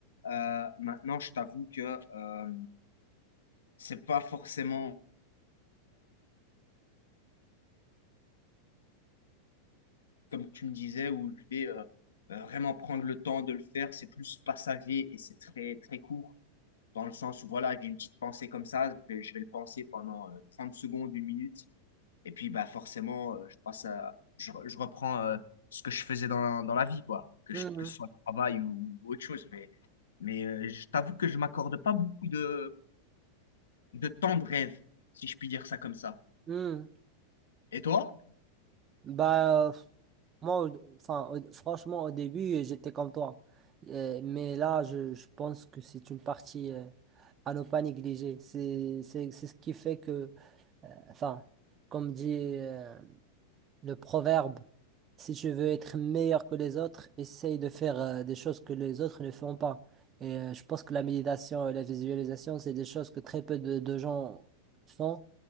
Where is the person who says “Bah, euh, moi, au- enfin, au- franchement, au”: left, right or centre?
Right